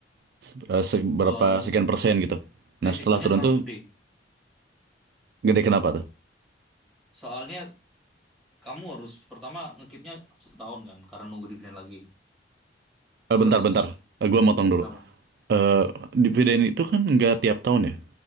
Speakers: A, on the right; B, in the centre.
A: Se- eh, Seberapa
B: Em,
A: sekian persen gitu. Nah
B: risikonya
A: setelah turun
B: terlalu
A: tuh
B: gede.
A: gede kenapa tuh?
B: Soalnya kamu harus pertama ngekipnya setahun kan karena nunggu dividen lagi.
A: Eh,
B: Terus
A: bentar, bentar. Eh, gua motong dulu.
B: kenapa?
A: Eh, dividen itu kan nggak tiap tahun ya.